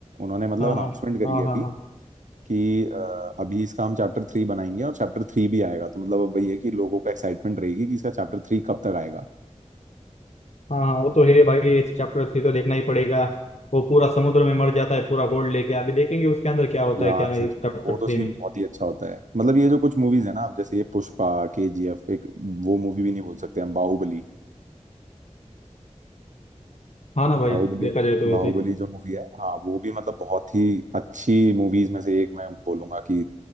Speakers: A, on the right; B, on the left.
A: उन्होंने मतलब
B: हाँ
A: अनाउंसमेंट
B: हाँ
A: करी
B: हाँ
A: है
B: हाँ
A: अभी
B: हाँ
A: कि अ, अभी इसका हम चैप्टर थ्री बनाएंगे और चैप्टर थ्री भी आएगा तो मतलब अब वही है कि लोगों को एक्साइटमेंट रहेगी कि इसका चैप्टर थ्री कब तक आएगा
B: हाँ हाँ वो तो है भाई चैप्टर थ्री तो देखना ही पड़ेगा वो पूरा समुद्र में मर जाता है पूरा गोल्ड लेके अभी देखेंगे उसके अंदर क्या होता
A: यार
B: है क्या नहीं
A: सच
B: चैप्टर
A: में वो तो
B: थ्री
A: सीन
B: में
A: बहुत ही अच्छा होता है मतलब ये जो कुछ मूवीज है ना अब जैसे ये पुष्पा केजीएफ एक वो मूवी भी नहीं बोल सकते हम बाहुबली
B: हाँ ना भाई
A: बाहुबली
B: देखा जाए तो
A: बाहुबली
B: वैसे
A: जो मूवी है हाँ वो भी मतलब बहुत ही अच्छी मूवीज में से एक मैं बोलूंगा कि